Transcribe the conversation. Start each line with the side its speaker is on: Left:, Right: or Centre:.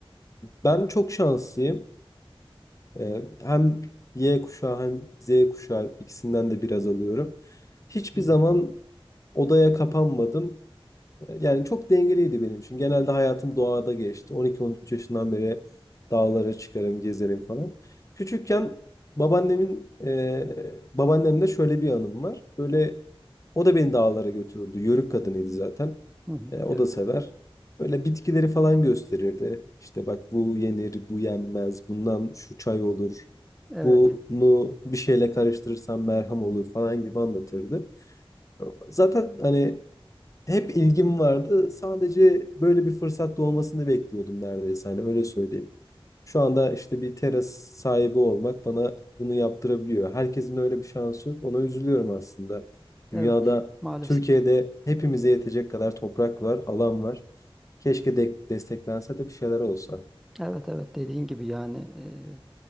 Left: ben çok şanslıyım. Ee, hem Y kuşağı hem Z kuşağı ikisinden de biraz alıyorum. Hiçbir
Centre: Hı hı,
Left: zaman odaya kapanmadım. Yani çok dengeliydi benim için. Genelde hayatım doğada geçti. 12-13 yaşından beri dağlara çıkarım, gezerim falan. Küçükken babaannemin e, babaannemde şöyle bir anım var. Böyle o da beni dağlara götürürdü. Yörük kadınıydı zaten.
Centre: hı hı,
Left: E, o
Centre: Evet,
Left: da sever. Böyle bitkileri falan gösterirdi. İşte bak bu yenir, bu yenmez, bundan şu çay olur.
Centre: evet,
Left: Bunu bir şeyle karıştırırsan merhem olur falan gibi anlatırdı. Zaten hani hep ilgim vardı. Sadece böyle bir fırsat doğmasını bekliyordum neredeyse. Hani öyle söyleyeyim. Şu anda işte bir teras sahibi olmak bana bunu yaptırabiliyor. Herkesin öyle bir şansı yok. Ona üzülüyorum aslında.
Centre: evet.
Left: Dünyada,
Centre: Maalesef.
Left: Türkiye'de hepimize yetecek kadar toprak var, alan var. Keşke de desteklense de bir şeyler olsa.
Centre: Evet, evet dediğin gibi yani ee,